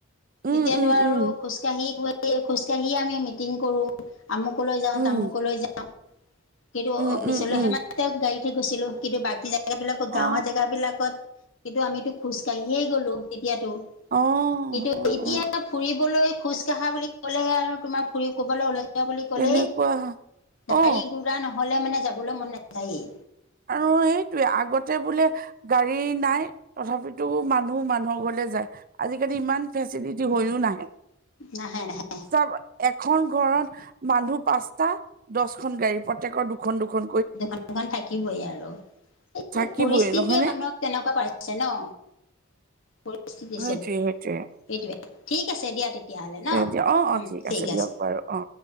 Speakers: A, on the right; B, on the left.
A: উম
B: তেতিয়াতো
A: উম
B: আৰু
A: উম
B: খোজ খোজকাঢ়ি-খোজকাঢ়ি আমি মিটিং কৰোঁ, আমুকলৈ যাওঁ,
A: উম
B: তামুকলৈ যাওঁ। কিন্তু
A: উম
B: অফিচলে
A: উম উম
B: সে মাত্ত গাড়ীতহে গৈছিলোঁ। কিন্তু বাকী য বিলাকত
A: অ
B: গাঁৱৰ জেগা বিলাকত কিন্তু আমিতো খোজকাঢ়িয়েই গলোঁ তেতিয়াতো।
A: অ
B: কিন্তু
A: অ
B: এতিয়া
A: অ
B: ফুৰিবলৈ খোজ কঢ়া বুলি ক'লে আৰু তোমাৰ ফুৰি ক'বলৈ ওলাই বুলি কলেই
A: তেনেকুৱা অ
B: গাড়ী গুৰা নহলে মানে যাবলৈ মন নাযায়েই।
A: আৰু এইটোৱে। আগতে বোলে গাড়ী নাই তথাপিতো মানুহ মানুহৰ ঘৰলে যায়। আজিকালি ইমান ফেচিলিটি হৈও নাহে।
B: নাহে-নাহে।
A: চব এখন ঘৰত মানুহ পাঁচটা, দচখন গাড়ী। প্ৰত্যেকৰ দুখন-দুখন
B: দুখন-দুখন থাকিবই আৰু। সেইটোৱে
A: থাকিবই
B: পৰিস্থিতিয়ে
A: নহয়নে
B: মানুহক তেনেকুৱা কৰাইছে ন? পৰিস্থিতি
A: সেইটোৱে-সেইটোৱে।
B: চব সেইটোৱে ঠিক আছে দিয়া তেতিয়াহ'লে ন?
A: দিয়া অ অ
B: উম, ঠিক আছে।
A: দিয়ক বাৰু অ